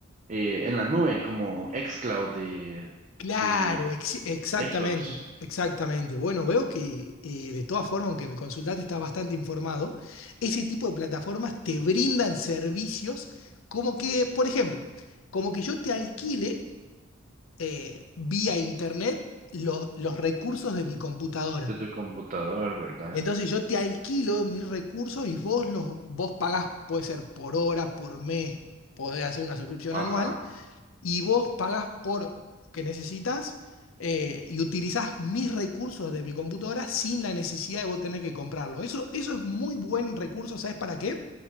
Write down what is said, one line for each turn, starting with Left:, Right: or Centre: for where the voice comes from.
Right: eh, en la nube, como xCloud de,
Left: Claro,
Right: de
Left: ex- exactamente,
Right: Xbox,
Left: exactamente. Bueno, veo que eh, de todas formas, aunque me consultaste, estás bastante informado. Ese tipo de plataformas te brindan servicios como que, por ejemplo, como que yo te alquile eh, vía internet los, los recursos de mi computadora.
Right: de tu computador, ¿verdad?
Left: Entonces yo te alquilo mis recursos y vos los vos pagás, puede ser por hora, por mes, podés hacer una suscripción
Right: Ajá,
Left: anual y vos pagás por lo que necesitas eh, y utilizás mis recursos de mi computadora sin la necesidad de vos tener que comprarlo. Eso, eso es muy buen recurso, ¿sabes para qué?